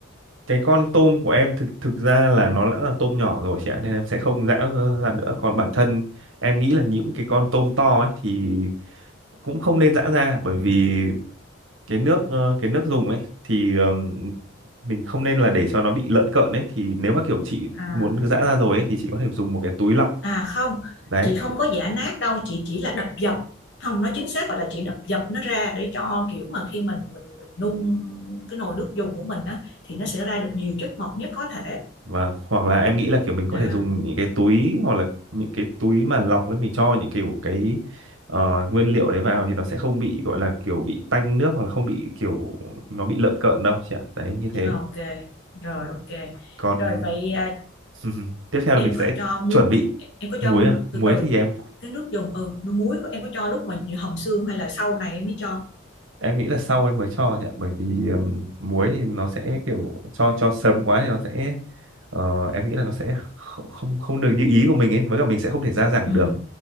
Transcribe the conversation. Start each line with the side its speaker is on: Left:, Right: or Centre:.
Right: cái con tôm của em thực thực ra là nó đã là tôm nhỏ rồi chị ạ nên em sẽ không giã ra nữa còn bản thân em nghĩ là những cái con tôm to ấy thì cũng không nên giã ra bởi vì cái nước ờ, cái nước dùng ấy thì ờm, mình không nên là để cho nó bị lợn cợn ấy thì nếu mà kiểu chị
Left: à
Right: muốn giã ra rồi ấy thì chị có thể dùng một cái túi lọc
Left: À không,
Right: đấy
Left: chị không có giã nát đâu, chị chỉ là đập dập. Không, nó chính xác gọi là chị đập dập nó ra để cho kiểu mà khi mình mình mình nung cái nồi nước dùng của mình á thì nó sẽ ra được nhiều chất ngọt nhất có thể.
Right: và hoặc là em nghĩ là kiểu mình có
Left: À,
Right: thể dùng những cái túi hoặc là những cái túi mà lọc ấy mình cho những kiểu cái ờ, nguyên liệu đấy vào thì nó sẽ không bị gọi là kiểu bị tanh nước hoặc là không bị kiểu nó bị lợn cợn đâu chị ạ đấy như thế
Left: à, ok. Rồi ok.
Right: còn
Left: Rồi vậy à,
Right: <laughs> tiếp theo
Left: em
Right: là mình sẽ
Left: có cho muối,
Right: chuẩn bị
Left: em có
Right: muối
Left: cho
Right: à
Left: từ
Right: muối
Left: từ
Right: thì em
Left: cái nước dùng ừ, nước muối của em có cho lúc mà như hầm xương hay là sau này em mới cho.
Right: em nghĩ là sau em mới cho nhỉ bởi vì ừm, muối thì nó sẽ kiểu cho cho sớm quá thì nó sẽ ờ, em nghĩ là nó sẽ kh- không không được như ý của mình ấy với cả mình sẽ không thể gia giảm
Left: Ừ,
Right: được